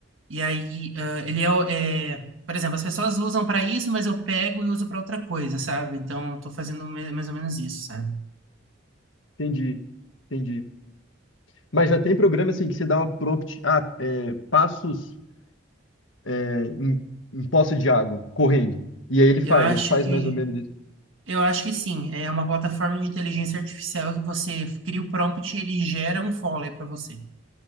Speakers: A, on the right (about 75°); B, on the left (about 70°).
A: e aí ah, ele é, o- é- por exemplo, as pessoas usam para isso, mas eu pego e uso para outra coisa, sabe? Então eu tô fazendo me- mais ou menos isso, sabe?
B: entendi. Entendi. Mas já tem programa assim que você dá um prompt, ah, é, passos é, em, em poça de água, correndo. E aí ele faz,
A: Eu acho
B: ele faz
A: que
B: mais ou menos isso.
A: Eu acho que sim. É uma plataforma de inteligência artificial que você cria o prompt e ele gera um follow para você.